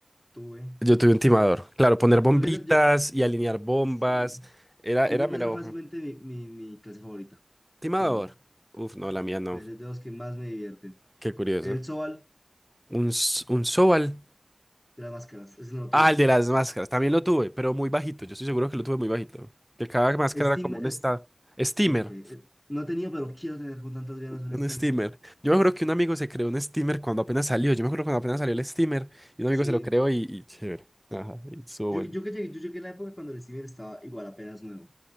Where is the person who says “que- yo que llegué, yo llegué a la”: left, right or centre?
Left